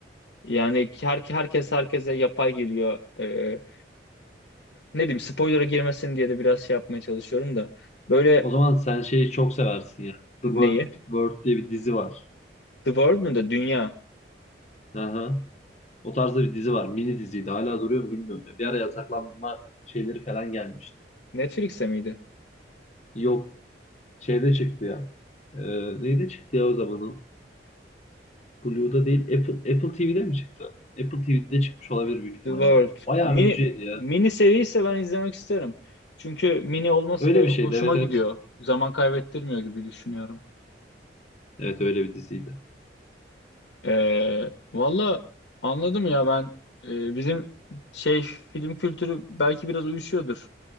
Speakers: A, on the left; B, on the left.
A: Yani her, herkes herkese yapay geliyor. Ee, ne diyeyim spoiler'a girmesin diye de biraz şey yapmaya çalışıyorum da. Böyle
B: O zaman sen şeyi çok seversin ya. The
A: neyi?
B: World, World diye bir dizi var.
A: The World mu da Dünya?
B: Aha. O tarzda bir dizi var. Mini diziydi. Hala duruyor mu bilmiyorum. ya. Bir ara yasaklanma şeyleri falan gelmişti.
A: Netflix'te miydi?
B: Yok. Şeyde çıktı ya. Ee, neyde çıktı ya o zaman o? Blue'da değil. Apple, Apple TV'de mi çıktı? Apple TV'de çıkmış olabilir büyük ihtimalle.
A: The World.
B: ya. Bayağı
A: Mini
B: önceydi ya.
A: mini seri ise ben izlemek isterim. Çünkü mini olması
B: Öyle
A: böyle
B: bir
A: hoşuma
B: şeydi. Evet
A: gidiyor.
B: evet.
A: Zaman kaybettirmiyor gibi düşünüyorum.
B: Evet öyle bir diziydi.
A: Ee, valla anladım ya ben Ee, bizim şey film kültürü belki biraz uyuşuyordur.